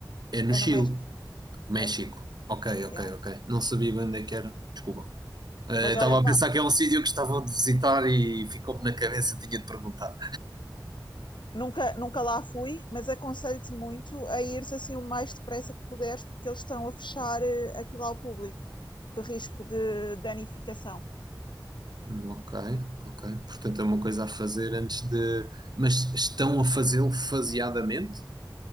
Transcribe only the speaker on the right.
É no
Chile.
México.
Ok, ok,
ok. Não sabia bem onde é que era. Desculpa. Eh,
Estava
a pensar que é um sítio que estava a visitar e ficou-me na cabeça, tinha de perguntar.
Hum, Ok, ok. Portanto, é uma coisa
a fazer antes de. Mas estão a fazê-lo faseadamente?